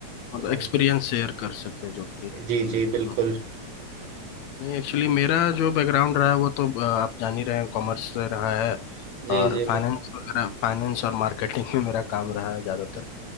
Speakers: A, on the left; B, on the right.
A: मतलब
B: तो
A: एक्सपीरियंस शेयर कर सके जो कि
B: जी जी
A: हम्म।
B: बिल्कुल
A: नहीं एक्चुअली मेरा जो बैकग्राउंड रहा है वो तो अ, आप जान ही रहे हैं कॉमर्स से रहा है
B: जी
A: और
B: जी
A: फाइनेंस
B: बिल्कुल
A: वगैरह फाइनेंस और मार्केटिंग में मेरा काम रहा है ज़्यादातर